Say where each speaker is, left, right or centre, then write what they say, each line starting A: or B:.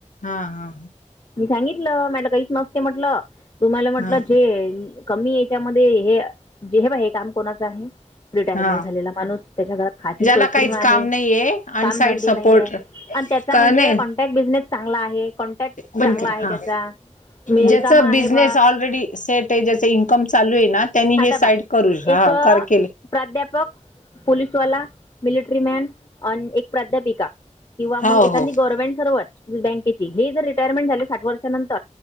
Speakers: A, on the left; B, on the left.
A: हा हा.
B: मी सांगितलं, मला काहीच नसते म्हटलं. तुम्हाला म्हटलं
A: हा
B: जे कमी एच्यामध्ये हे. जे हे बा हे काम कोणाचं आहे, रिटायरमेंट
A: हा
B: झालेला माणूस. त्याच्या घरात खाची
A: ज्याला
B: सोयपूर्ण
A: काहीच
B: आहे.
A: काम नाहीये अनसाईड
B: कामधंद
A: सपोर्ट
B: ए हाय आणि त्याचा
A: का
B: म्हणजे
A: नाही
B: कॉन्टॅक्ट बिझनेस चांगला आहे. कॉन्टॅक्ट
A: बंद
B: चांगला
A: कर
B: आहे
A: हा
B: त्याचा. मी
A: ज्याचा
B: रिकामा
A: बिझनेस
B: आहे बा.
A: ऑलरेडी सेट आहे ज्याच इन्कम चालू आहे ना, त्यांनी
B: आता
A: हे साईड
B: पहा
A: करू हा
B: एक
A: कर केले.
B: प्राध्यापक, पोलीसवाला, मिलिटरी मॅन अन एक प्राध्यापिका. किंवा मग
A: हो
B: एखादी
A: हो
B: गव्हर्मेंट सर्व बँकेची. हे जर रिटायरमेंट झाली साठ वर्षानंतर